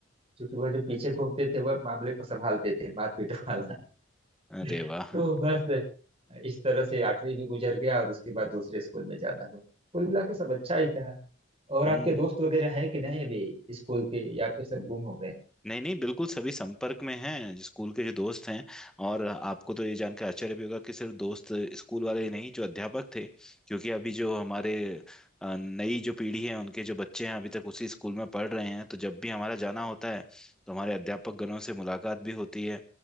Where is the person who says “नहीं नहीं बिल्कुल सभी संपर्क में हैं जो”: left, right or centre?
Centre